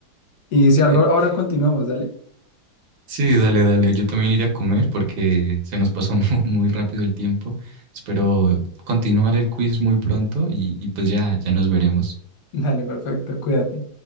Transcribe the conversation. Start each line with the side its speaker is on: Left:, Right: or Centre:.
Left: Y si
Right: <laughs>
Left: algo, ahora continuamos, dale.
Right: Sí, dale, dale. Yo también iré a comer porque se nos pasó <laughs> mu- muy rápido el tiempo. Espero continuar el quiz muy pronto y, y pues ya, ya nos veremos.
Left: <laughs> Dale, perfecto, cuídate.